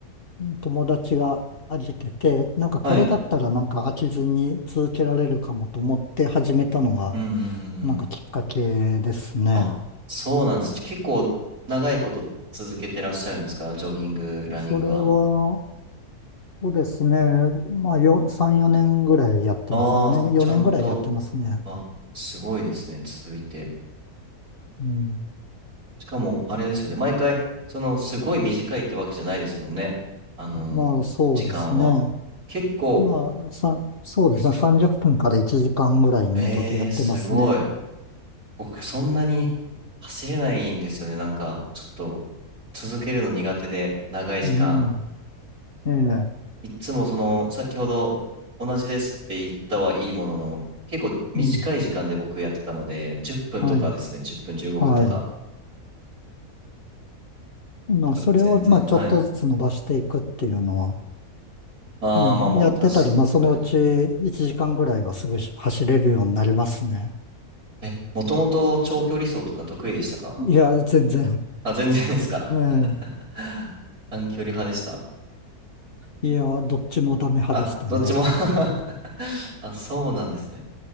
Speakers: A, on the left; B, on the right.
A: 友達があげてて、なんかこれだったらなんか飽きずに続けられるかもと思って始めたのが、
B: はい。うんうんうんう
A: なんかきっかけですね。
B: ん。あ、そうなんです。じゃ結構長いこと続けてらっしゃるんですかジョギング、ランニングは。
A: それは、そうですね。まあ、よ、3、4年ぐらいやってます。
B: ああ、
A: 4年、4年ぐらいやってますね。
B: ちゃんと、あ、すごいですね。続いて。
A: うん。
B: しかも、あれですよね。毎回、その、すごい短いってわけじゃないですもんね。あのー時間は。
A: まあ、そうですね。
B: 結構、
A: まあ、さ、そうですね。30分から1時間ぐらいめどでやってますね。
B: ええ、すごい。僕そんなに走れないんですよね。なんかちょっと続けるの苦手で長い時間。
A: うん。ええ。
B: いっつもその先ほど同じですって言ったはいいものの結構短い時間で僕やってたので10分とかですね。
A: うん。はい。
B: 10分15分とか。
A: はい。まあ、
B: だから全然はい。
A: それを、まあ、ちょっとずつ伸ばしていくっていうのは、
B: ああまあまあ確
A: うん、やってたら、まあ、そのうち1時間ぐらいはすぐし走れるようになりますね。
B: かに。え、もともと長距離走とか得意でしたか
A: いや、全然。
B: あ、全然ですか
A: <laughs> え
B: <laughs> 短距離派でした。
A: え。いや、どっちもダメ派でしたね。
B: あ、どっちも <laughs> あ、そうなんですね。